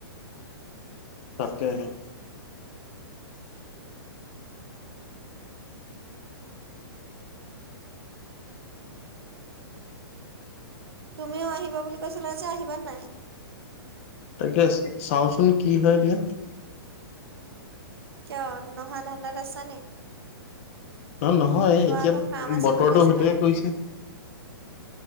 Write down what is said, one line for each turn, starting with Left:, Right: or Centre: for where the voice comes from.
Left: তাকেহে।
Right: তুমিও আহিবা বুলি কৈছিলা যে, আহিবা না নাই?
Left: ঠিকে আছে, চাওচোন কি হয় দিয়া।
Right: কিয় নহা ধানদাত আছা নি?
Left: ন-নহয়
Right: তোমাৰ
Left: এতিয়া
Right: আকৌ কাম আছে
Left: বতৰটো
Right: বুলি কৈছিলা
Left: সেইটোহে কৰিছে।